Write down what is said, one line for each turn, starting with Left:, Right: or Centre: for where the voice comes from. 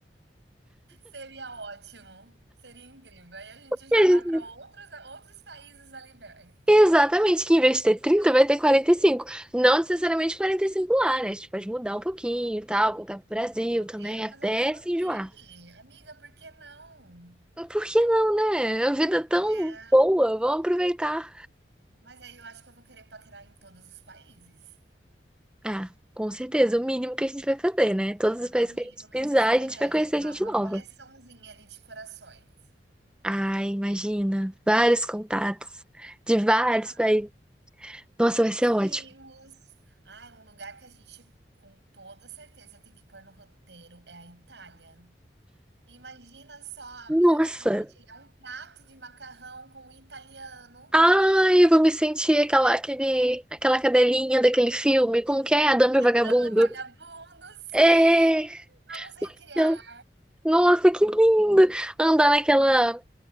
Right: Seria ótimo. Seria incrível. Aí a gente já
Centre: E a
Right: vai
Centre: gente-
Right: para outros, outros países ali perto.
Centre: Exatamente, que em vez de ter 30, vai ter 45. Não necessariamente 45 lá, né? A gente pode mudar um pouquinho e tal, voltar pro Brasil
Right: O roteiro,
Centre: também, até
Right: fazer uma Eurotrip.
Centre: se enjoar.
Right: Amiga, por que não?
Centre: Por que não, né? A vida é tão
Right: É,
Centre: boa, vamos aproveitar.
Right: mas aí eu acho que eu vou querer paquerar em todos os países.
Centre: Ah, com certeza, o mínimo que a gente vai fazer, né? Todos os países
Right: É o
Centre: que
Right: mínimo
Centre: a gente pisar,
Right: que a gente
Centre: a
Right: merece.
Centre: gente vai conhecer
Right: Uma,
Centre: gente
Right: uma
Centre: nova.
Right: coleçãozinha ali de corações.
Centre: Ah, imagina, vários contatos de vários
Right: Ah,
Centre: países. Nossa,
Right: os
Centre: vai ser ótimo.
Right: mimos. Ai, um lugar que a gente, com toda certeza, tem que pôr no roteiro é a Itália. Imagina só, amiga,
Centre: Nossa.
Right: compartilhar um prato de macarrão com um italiano.
Centre: Ai, eu vou me sentir aquela, aquele, aquela cadelinha daquele filme. Como que é? A Dama e o Vagabundo.
Right: Adame o vagabundo, sim!
Centre: É,
Right: Vamos recriar.
Centre: eu- nossa, que lindo! Andar naquela